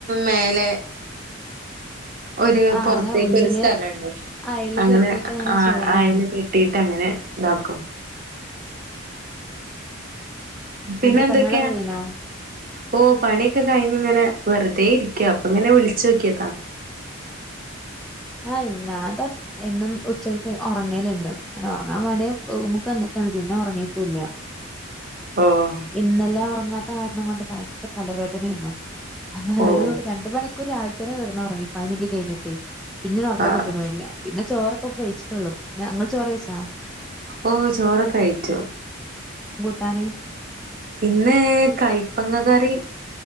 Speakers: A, on the right; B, in the centre.
A: മേലെ. ഒരു
B: ആഹ്
A: പുറത്തേക്ക്
B: അങ്ങനെ ഉള്ളില്
A: ഒരു സ്ഥലമുണ്ട്
B: അയല്
A: അങ്ങനെ
B: കെട്ടിയിട്ട് ചെയ്യലാണ്
A: അയൽ കെട്ടിയിട്ട് അങ്ങനെ ഉണ്ടാക്കും പിന്നെ
B: എന്നിട്ട്
A: എന്തൊക്കെയാ
B: പണികളൊക്കെ കഴിഞ്ഞോ
A: ഓ പണിയൊക്കെ കഴിഞ്ഞ് ഇങ്ങനെ വെറുതെ ഇരിക്ക അപ്പൊ ഇങ്ങനെ വിളിച്ചു നോക്കിയതാ
B: അ ഇന്നാത്ത എന്നും ഉച്ചയ്ക്ക് ഉറങ്ങലുണ്ട് അങ്ങനെ ഉറങ്ങാൻ വേണ്ടി റൂമ്ക്ക് വന്നക്കാണ് പിന്നെ ഉറങ്ങിയിട്ടില്ല
A: ഓഹ്
B: ഇന്നലെ ഉറങ്ങാൻ താ കാരണം കൊണ്ട് ഭയങ്കര തലവേദനെയ്നൂ
A: ഓഹ്
B: ഒരു രണ്ടുമണിക്കൂർ രാ തേര് കിടന്നുറങ്ങി പണിയൊക്കെ കഴിഞ്ഞിട്ട് പിന്നെ ഒറക്കം
A: ആഹ്
B: കിട്ടുന്നൂ ഇല്ല പിന്ന ചോറ് ഇപ്പോ പെയ്ച്ചിട്ടേ ഉള്ളു ഇങ്ങൾ ചോറ് വെയ്ച്ചോ
A: ഓ ചോറ് കഴിചൂ
B: ട്ടാന്
A: ഇന്ന് കൈപ്പങ്ങ കറിം